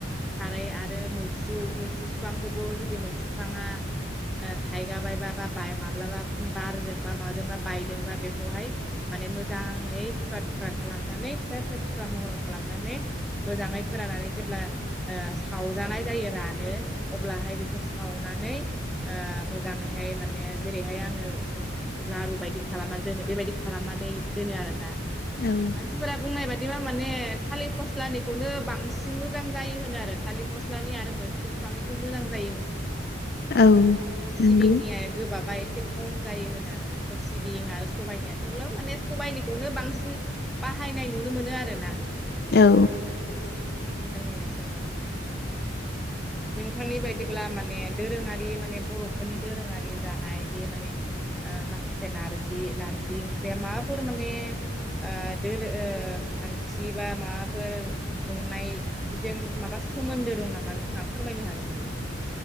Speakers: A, in the centre; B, on the left (about 50°).
A: खारै आरो मैथ्रु मैथ्रु बिफांखौबो जुदि मैथ्रु बिफाङा थाइगा बायबा बा ब माब्लाबा बारजोंबा माबाजोंबा बायदोंबा बे खौहाय माने मोजाङै थुख्रा थुख्रा खालामनानै फिसा फिसा थुख्रा महर खालामनानै मोजाङै फोराननानै जेब्ला ओ सावजानाय जायो रानो अब्लाहाय बेखौ सावनानै ओ मोजाङैहाय माने जेरैहाय आङो लारु बायदि खालामनान दोनो बेबायदि खालामनानै दोनो आरोना
B: औ
A: मानसिफोरा बुंनाय बायद बा माने थालिर फस्लानिखौनो बांसिन मोजां जायो होनो आरो थालिर फस्लानि आरो मैथ्रु बिफांनिखौ मोजां जायो होनो
B: औ नंगौ
A: सिबिंनिया गोबाबा एसे एसे खम जायो होनो आरो ना सिबिं आरो सबाइनिया थेवब्ला माने सबायाइनिखौनो बांसिन बाहायनाय नुनो मोनो आरोना?
B: औ
A: जोंनि ओनसोलाव नोंथांनि बायदिब्ला माने दोरोङारि माने बर'फोरनि दोरोङारि जानाय बे माने ओ माखासे नारजि नारजि ओंख्रिया माबाफोर माने ओ दोर ओ खान्थि बा माबाफोर खुंनायजों माबा सोमोन्दो दं नामा नोंथाङा फोरमायनो हागोन नामा?